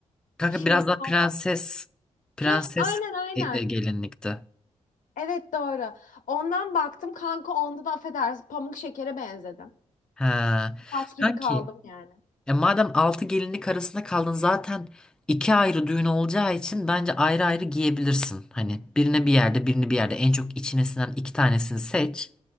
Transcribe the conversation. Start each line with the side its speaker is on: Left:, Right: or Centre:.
Centre: Kanka
Left: şey
Centre: biraz daha
Left: fazla.
Centre: prenses prenses
Left: Heh, aynen aynen.
Centre: e- e, gelinlikti.
Left: Evet doğru. Ondan baktım kanka onda da affedersin pamuk şekere benzedim.
Centre: Ha.
Left: Taş gibi
Centre: Kanki
Left: kaldım yani.
Centre: e, madem altı gelinlik arasında kaldın zaten iki ayrı düğün olacağı için bence ayrı ayrı giyebilirsin. Hani birine bir yerde birini bir yerde en çok içine sinen iki tanesini seç.